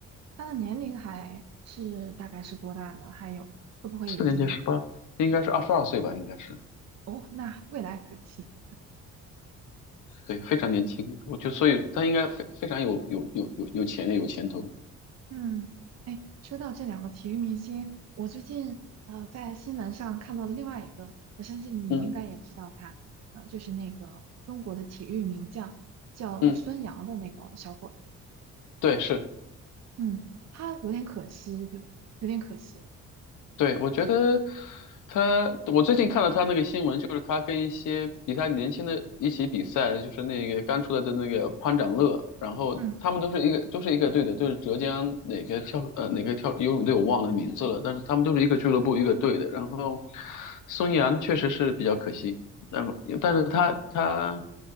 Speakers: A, on the right; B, on the left.
A: 他的年龄还是大概是多大呢？还有会不会已经
B: 四年级十八，应该是二十二岁吧，应该是，
A: 哦？那未来可期。
B: 对，非常年轻。我就所以他应该非非常有有有有有潜力，有前途。
A: 嗯，哎，说到这两个体育明星，我最近呃在新闻上看到了另外一个，我相信你应该也知道他，
B: 嗯
A: 呃，就是那个中国的体育名将叫孙杨的那个小伙子。
B: 嗯，对，是。
A: 嗯，他有点可惜，对吧？有点可惜了。
B: 对，我觉得他，我最近看了他那个新闻，就是他跟一些比他年轻的一起比赛，就是那个刚出来的那个潘展乐，然后他们都是一个都是一个队的，
A: 嗯
B: 就是浙江哪个跳呃哪个跳游泳队我忘了名字了，但是他们都是一个俱乐部一个队的。然后孙杨确实是比较可惜，然后但是他他